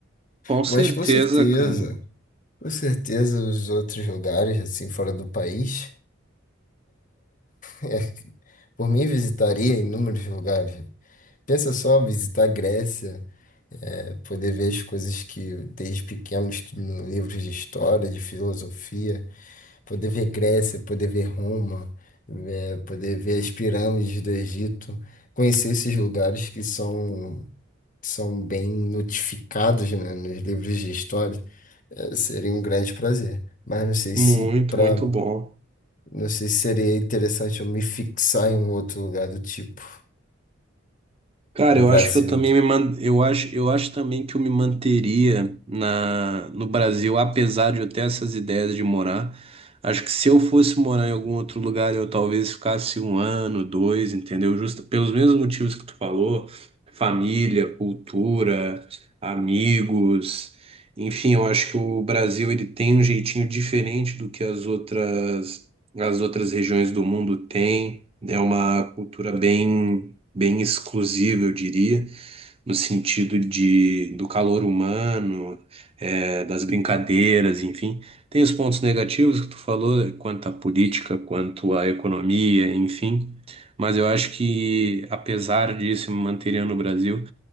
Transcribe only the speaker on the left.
Mas com certeza.
Com certeza, os outros lugares, assim, fora do país. <laughs> É, Por mim, visitaria inúmeros lugares. Pensa só, visitar a Grécia, é, poder ver as coisas que desde pequeno estudo em livros de história, de filosofia, poder ver Grécia, poder ver Roma, é, poder ver as pirâmides do Egito, conhecer esses lugares que são, que são bem notificados, né, nos livros de história, é, seria um grande prazer. Mas não sei
se para
Não sei se seria interessante eu me fixar em um outro lugar do tipo.
No
Brasil.